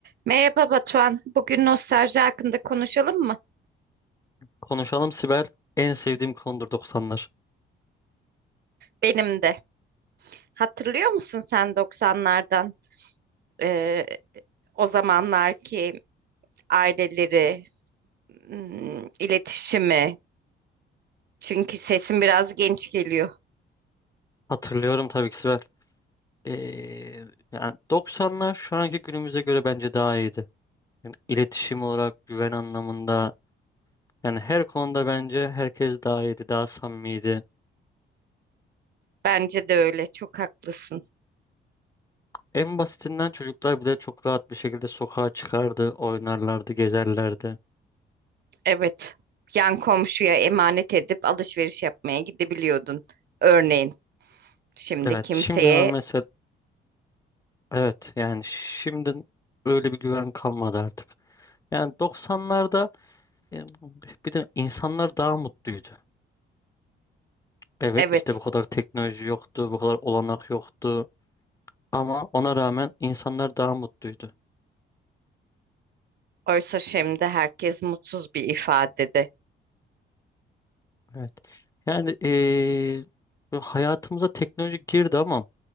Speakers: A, on the right (about 55°); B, on the left (about 15°).
A: Merhaba Batuhan. Bugün nostalji hakkında konuşalım mı?
B: Konuşalım Sibel. En sevdiğim konudur 90'lar.
A: Benim de. Hatırlıyor musun sen 90'lardan eee, o zamanlarki aileleri, hmm, iletişimi? Çünkü sesin biraz genç geliyor.
B: Hatırlıyorum tabii ki Sibel. Ee, yani 90'lar şu anki günümüze göre bence daha iyiydi. Yani iletişim olarak, güven anlamında yani her konuda bence herkes daha iyiydi, daha samimiydi.
A: Bence de öyle. Çok haklısın.
B: En basitinden çocuklar bile çok rahat bir şekilde sokağa çıkardı, oynarlardı, gezerlerdi.
A: Evet. Yan komşuya emanet edip alışveriş yapmaya gidebiliyordun. Örneğin şimdi
B: Evet,
A: kimseye
B: şimdi ama mesela evet yani şimdi öyle bir güven kalmadı artık. Yani 90'larda e, bir de insanlar daha mutluydu. Evet
A: evet.
B: işte bu kadar teknoloji yoktu, bu kadar olanak yoktu. Ama ona rağmen insanlar daha mutluydu.
A: Oysa şimdi herkes mutsuz bir ifadede.
B: Evet. Yani eee, bu hayatımıza teknoloji girdi ama